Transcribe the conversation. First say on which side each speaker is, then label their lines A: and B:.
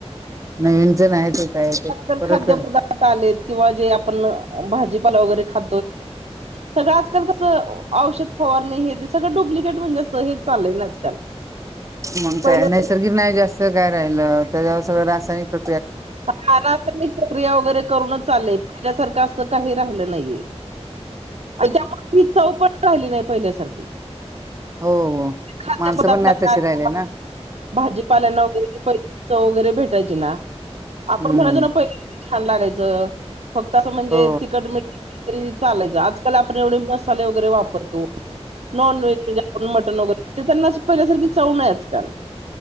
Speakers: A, on the right; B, on the right.
A: नवीनच नाही ते काय ते
B: ज
A: परत
B: खाद्य पदार्थ आलेत किंवा जे आपण भाजी वरे खो सगं आजल कस औषध फवार सगळं डुप्लेट म्हणे. हे चाललंय आजकाल
A: मग
B: पहिले
A: काय नैसर्गिक न्याय जास्त काय राहिलं त्याच्यावर सगळं रासायनिक प्र
B: मलाता प्रक्रिया वगैरे करूनच चालय पहिल्यासारखं असं काही राहिलं नाहीये. आणि त्यामुळेी चौपट राहिली नाही पहिल्यासारखी
A: हो हो.
B: खाद्य
A: माणसं
B: पदार्थांना
A: पण नाही तशी राहिले ना.
B: भाजीपाल्यांना वगैरे पहिली चव वगैरे भेटायची ना. आपण
A: हम्म
B: म्हणायचो ना पहिल्या छान लागायचं फक्त असं म्हणजे
A: हो
B: तिकट मिळ तरी चालायचं आजकाल आपण एवढे मसाले वगैरे वापरतो. नॉनव्हेज म्हणजे आपण मटन वगैरे त्यांना पहिल्यासारखी चऊन आहे आजकाल